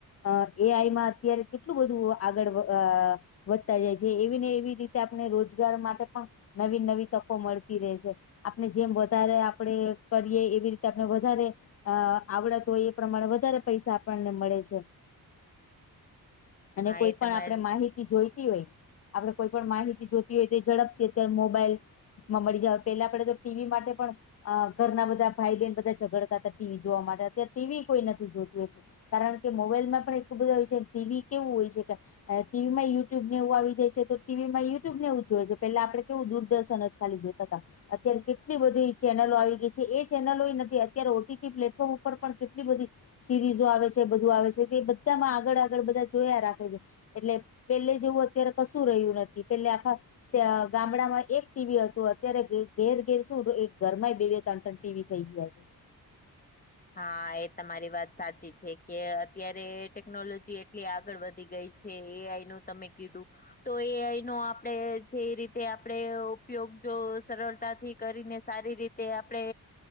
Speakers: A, on the left (about 40°); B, on the left (about 25°).
A: હ એ આઈમાં અત્યારે કેટલું બધું આગળ વ વધતા જાય છે. એવી ને એવી રીતે આપને રોજગાર માટે પણ નવી-નવી તકો મળતી રહે છે. આપણે જેમ વધારે આપણે કરીએ એવી રીતે આપનણે વધારે અ આવડત હોય એ પ્રમાણે વધારે પૈસા આપણને મળે છે. અને
B: હા
A: કોઈ
B: એ
A: પણ
B: તમારી
A: આપણે માહિતી જોઈતી હોય આપણે કોઈ પણ માહિતી જોતી હોય તો ઈ ઝડપથી અત્યારે મોબાઈલ માં મળી જાવા. પેલા આપણે તો ટી વી માટે પણ અ ઘરના બધા ભાઈ બહેન બધા ઝઘડતા તા ટી વી જોવા માટે, અત્યારે ટી વી કોઈ નથી જોતું એટલું. કારણ કે મોબાઈલ માં પણ એટલું બધું આવે છે. કે ટી વી કેવું હોય છે કે અ ટીવી માંય યુટ્યુબ ને એવું આવી જાય છે, તો ટીવી માં યુટ્યુબ ને એવું જોવે છે. પેલા આપણે કેવું દૂરદર્શન જ ખાલી જોતા તા, અત્યારે કેટલી બધી ચેનલો આવી ગઈ છે. એ ચેનલોઈ નથી. અત્યારે ઓ ટી ટી પ્લેટફોર્મ ઉપર પણ કેટલી બધી સિરીઝો આવે છે, બધું આવે છે, તે બધામાં આગળ-આગળ બધા જોયા રાખે છે. એટલે પેલે જેવું અત્યારે કશું રહ્યું નથી. પેલે આખા ગામડામાં એક ટીવી હતું, અત્યારે ઘે ઘેર-ઘેર શું, એક ઘરમાંય બે-બે તન-તન ટીવી થઈ ગયા છે.
B: હા એ તમારી વાત સાચી છે, કે અત્યારે ટેકનોલોજી એટ કે આગળ વધી ગઈ છે. એ આઈનું તમે કીધું તો એ આઈનો આપણે જે રીતે આપણેે ઉપયોગ જો સરળતાથી કરીને સારી રીત તે આપડે